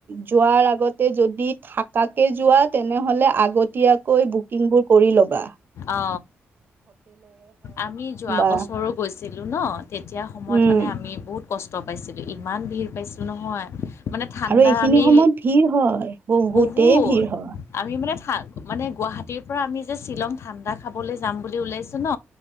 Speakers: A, on the right; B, on the left.
A: যোৱাৰ আগতে যদি থাকাকে যোৱা তেনেহলে আগতিয়াকৈ বুকিং বোৰ বাহ
B: অ আমি যোৱা
A: বা
B: বছৰো গৈছো গেছিলোঁ ন তেতিয়া সময়ত
A: উম
B: মানে আমি বহুত কষ্ট পাইছিলোঁ ইমান ভিৰ পাইছোঁ নহয় মানে ঠাণ্ডা
A: আৰু এইখিনি
B: আমি
A: সময়ত ভিৰ হয় বহুতেই
B: বহুত
A: ভিৰ হয়
B: আমি মানে মানে গুৱাহাটীৰ পৰা আমি যে শ্বিলং ঠাণ্ডা খাবলৈ যাম বুলি ওলাইছো ন